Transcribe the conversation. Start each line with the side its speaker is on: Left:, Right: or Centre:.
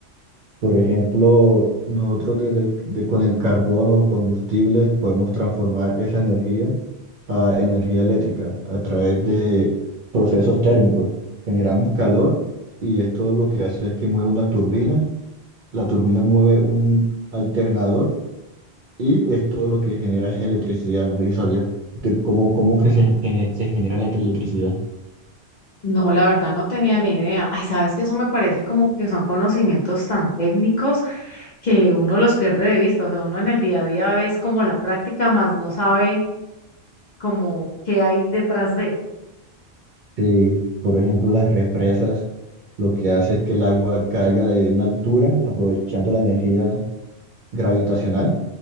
Right: Por ejemplo, nosotros desde- de- con el carbón o combustibles podemos transformar esa energía a energía eléctrica a través de procesos térmicos. Generamos calor y esto lo que hace es que mueve una turbina, la turbina mueve un alternador y esto lo que genera es electricidad. No sé si sabías de cómo, cómo que se, gene- se genera la electricidad.
Left: No, la verdad no tenía ni idea. Ay, sabes que eso me parece como que son conocimientos tan técnicos que uno los pierde de vista, o sea, uno en el día a día ves como la práctica, más no sabe como qué hay detrás de.
Right: Sí, por ejemplo, las represas lo que hace es que el agua caiga de una altura aprovechando la energía gravitacional.